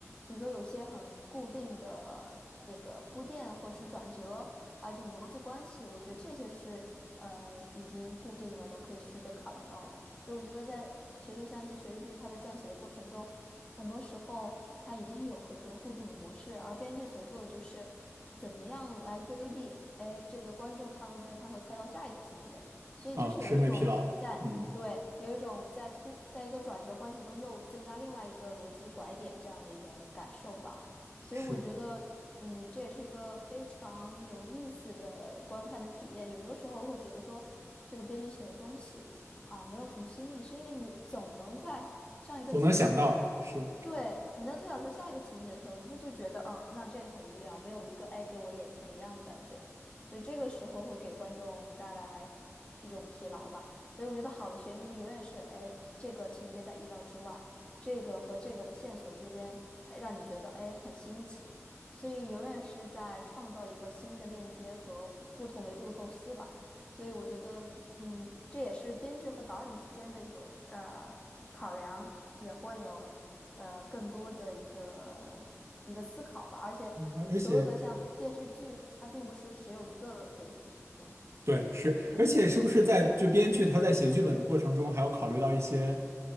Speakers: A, on the left; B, on the right.
A: 比如说有些很固定的这个铺垫或是转折，还有这种逻辑关系，我觉得这些是呃已经固定了的，可以去被考量到的。所以我觉得在其实像一些悬疑剧，它在撰写的过程中，很多时候它已经有很多固定的模式，而编剧所做的就是怎么样来规避。哎，这个观众看到这儿，他会猜到下一个情节，所以就是有一种在。
B: 啊，审美疲劳，嗯，
A: 对，有一种在突，在一个转折关系中又增加另外一个逻辑拐点这样的一种感受吧。所以我觉得，
B: 是，
A: 嗯，这也是一个非常有意思的观看的体验。有的时候会觉得说，这个编剧写的东西啊，没有什么新意，是因为你总能在上一个情节中
B: 总能想到，是，
A: 对，你能推导出下一个情节的时候，你会就觉得，嗯，那这个很无聊，没有一个哎给我眼前一亮的感觉，所以这个时候会给观众带来一种疲劳吧。所以我觉得好的悬疑剧永远是，哎，这个情节在意料之外，这个和这个的线索之间，哎，让你觉得哎很新奇，所以永远是在创造一个新的链接和不同维度的构思吧。所以我觉得，嗯，这也是编剧和导演之间的一种呃。考量，也会有呃更多的一个一个思考吧。而且所有的像电视剧，
B: 嗯而而且。
A: 它并不是只有一个编剧，嗯，
B: 对，是，
A: 我觉得是这样的。
B: 而且是不是在就编剧他在写剧本的过程中，还要考虑到一些